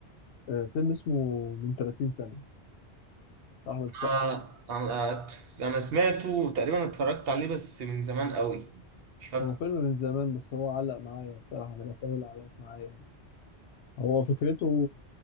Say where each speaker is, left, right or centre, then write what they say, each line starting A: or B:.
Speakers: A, on the left (about 90°); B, on the right (about 65°).
A: آه، فيلم اسمه من 30 سنه بتاع احمد السقا
B: انا انا أنا سمعته تقريبا اتفرجت عليه بس من زمان قوي مش فاكر
A: هو فيلم من زمان بس هو علق معايا بصراحه من الافلام اللي علقت معايا يعني. هو فكرته